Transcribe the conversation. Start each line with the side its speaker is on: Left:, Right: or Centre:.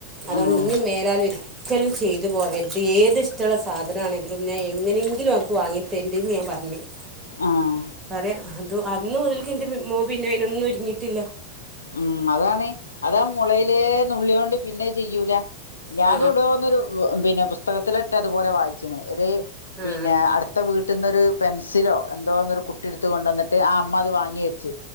Right: അതുകൊണ്ട്
Left: ആഹ്
Right: ഇന മേലാലും ഒരിക്കലും ചെയ്തു പോവംത് ഏത് ഇഷ്ടമുള്ള സാധന ആണെങ്കിലും ഞാ എങ്ങനെങ്കിലും അനിക്ക് വാങ്ങി തരലുണ്ട് ഞാൻ പറഞ്ഞന്ന് ഞ്ഞ്
Left: ആഹ്
Right: പറയാ അത് അന്ന മുതലക്ക എന്റെ മോ പിന്നെ അയിനൊന്നും ഒരുങ്ങിട്ടില്ല
Left: ഉം അതാണ് അതാ മുളയിലെ നുള്ളൊണ്ട് പിന്നെ ചെയ്യൂല ഞാന
Right: ആ
Left: ഇവിടെോന്നരു പിന്നെ പുസ്തകത്തിലിട്ട് അതുപോലെ വായിച്ചന് ഒരു പിന്നെ
Right: ആ
Left: അടുത്ത വീട്ടിൽന്നൊരു പെൻസിലോ എന്തോന്നരു കുട്ടിയ എടുത്ത കൊണ്ട വന്നിട്ട് ആ അമ്മ അത് വാങ്ങി വെച്ചു